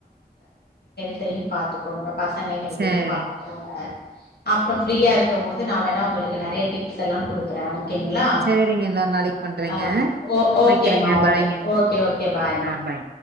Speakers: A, on the left; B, on the right.
A: த்தையு பாத்துக்கோங்க பசங்க ஹெல்த்தயும்
B: சரிங்க
A: பாத்துக்கோங்க அப்புறோ ஃப்ரீயா இருக்கமோது நா வேண்ணா உங்களுக்கு நறைய டிப்ஸ்ஸெல்லா குடுக்குறே ஓகேங்களா
B: சரிங்க இன்னொரு நாளைக்கு பண்றேங்க
A: ஆ ஓ ஓகேமா
B: வைக்கிறேங்க
A: ஓகே
B: பாய்ங்க
A: ஓகே பாய்மா
B: ஆ பாய்